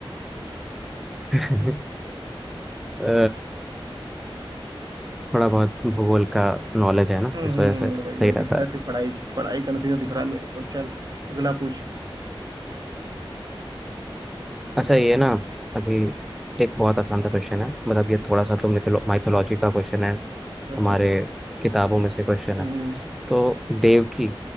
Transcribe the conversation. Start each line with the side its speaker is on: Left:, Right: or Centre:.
Centre: <laughs> अ, थोड़ा बहुत भूगोल का नॉलेज है ना
Right: हम्म
Centre: इस
Right: हम्म,
Centre: वजह से
Right: भाई भाई
Centre: सही रहता
Right: दिख रहा है
Centre: है
Right: तेरी पढ़ाई पढ़ाई का नतीजा दिख रहा है मेरे को चल अगला पूछ
Centre: अच्छा ये ना अभी एक बहुत आसान सा क्वेश्चन है मतलब ये थोड़ा सा तो मिथोलॉजी का क्वेश्चन है
Right: अच्छा
Centre: हमारे
Right: अच्छा
Centre: किताबों में से क्वेश्चन
Right: हम्म
Centre: है तो देवकी